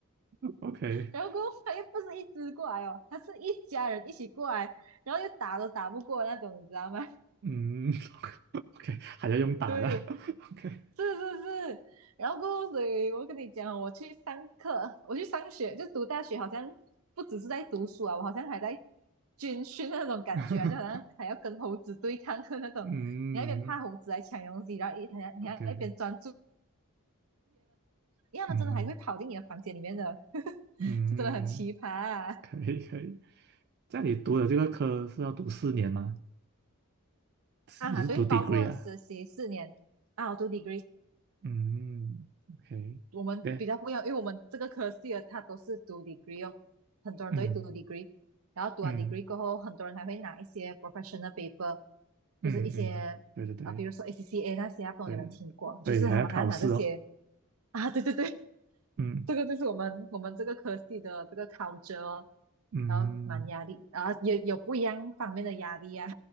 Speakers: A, on the right (about 50°); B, on the right (about 75°).
A: <laughs>，OK，
B: 然后过后他又不是一只过来哦，他是一家人一起过来，然后又打都打不过那种，你知道吗？
A: 嗯 <laughs>，OK，还要用打的
B: 对，
A: <laughs>，OK，
B: 是是是，然后过后所以我跟你讲，我去上课，我去上学，就读大学，好像不只是在读书啊，我好像还在军训的那种感觉啊，
A: <laughs>
B: 就好像还要跟猴子对抗的那种，
A: 嗯
B: 你那一边怕猴子来抢东西，然后一还要你还要一边专注，
A: ，OK，
B: 因为他们真的还会跑进你的房间里面的，
A: 嗯
B: <laughs>
A: 嗯，
B: 就真的很奇葩啊！
A: 可以可以。在你读的这个科是要读四年吗？是你是读
B: 啊，对，
A: degree
B: 包括实习四年啊，
A: 啊？
B: 我读 degree，
A: 嗯，OK，
B: 我们比较不一样，
A: 对，
B: 因为我们这个科系的它都是读 degree 哦，很多人都会读
A: 嗯
B: degree，然后读完
A: 嗯
B: degree 过后，很多人还会拿一些 professional paper，
A: 嗯嗯，
B: 就是一些啊，
A: 对对对
B: 比如说 ACCA 那些啊，不懂有没有听过？
A: 对对，
B: 就是他们还要拿这些
A: 还要考试哦。
B: <laughs> 啊，对对对，
A: 嗯
B: 这个就是我们我们这个科系的这个 culture，哦
A: 嗯。
B: 然后蛮压力啊，也有不一样方面的压力啊。